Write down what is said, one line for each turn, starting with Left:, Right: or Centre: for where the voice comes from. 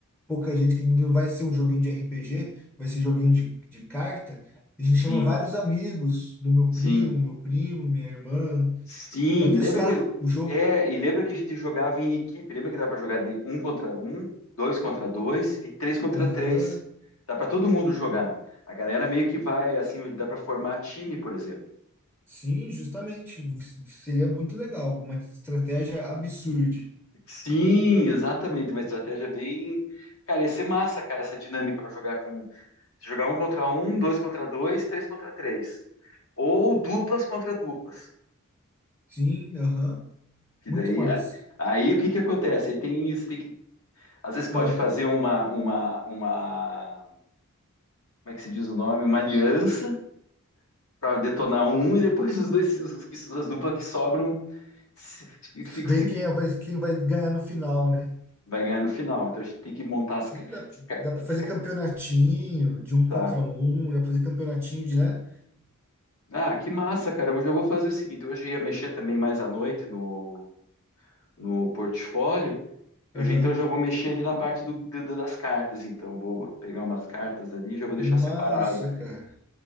Centre: pouca gente, que não vai ser um joguinho de RPG, vai ser joguinho de, de carta. A gente chama
Left: Sim,
Centre: vários amigos do meu
Left: sim,
Centre: primo, meu primo, minha irmã,
Left: sim.
Centre: para testar
Left: E lembra que
Centre: o jogo.
Left: é, e lembra que a gente jogava em equipe. Lembra que dá para jogar de um contra um, dois contra dois e três contra
Centre: Aham.
Left: três. Dá para todo mundo jogar. A galera meio que vai assim, dá para formar time, por exemplo.
Centre: Sim, justamente. Seria muito legal. Uma estratégia absurda.
Left: Sim, exatamente, uma estratégia bem. Cara, ia ser massa, cara, essa dinâmica para jogar com. Jogar um contra um, dois contra dois, três contra três. Ou duplas contra duplas.
Centre: Sim, aham.
Left: Que
Centre: Muito
Left: daí.
Centre: massa.
Left: a- Aí o que que acontece? Aí tem isso, tem que. Às vezes pode
Centre: Ah,
Left: fazer uma, uma, uma. Como é que se diz o nome? Uma aliança para detonar um e depois os dois, os, que- as duplas que sobram se, <laughs> se-
Centre: ver
Left: se-
Centre: quem é- vai, quem vai ganhar no final, né?
Left: vai ganhar no final. Então a gente tem que montar as, ca-
Centre: E dá,
Left: as, ca-
Centre: dá pra fazer
Left: as, ca-
Centre: campeonatinho de um
Left: tá,
Centre: contra um, dá pra fazer campeonatinho de, né?
Left: Ah, que massa, cara. Eu já vou fazer o seguinte: hoje eu ia mexer também mais à noite no, no portfólio. Eu,
Centre: Aham.
Left: já- então já vou mexer ali na parte do, do- das cartas, então. Vou pegar umas cartas ali e já vou deixar
Centre: Massa,
Left: separado.
Centre: cara.